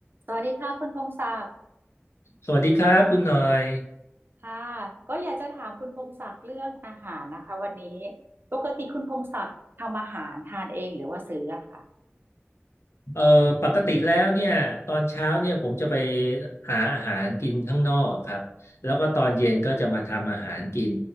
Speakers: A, on the right; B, on the left.
A: สวัสดีค่ะคุณพงศักดิ์
B: สวัสดีครับคุณหน่อย
A: ค่ะก็อยากจะถามคุณพงศักดิ์เรื่องอาหารนะคะวันนี้ปกติคุณพงศักดิ์ทำอาหารทานเองหรือว่าซื้ออะค่ะ
B: เอ่อปกติแล้วเนี่ยตอนเช้าเนี่ยผมจะไปหาอาหารกินข้างนอกครับแล้วก็ตอนเย็นก็จะมาทำอาหารกิน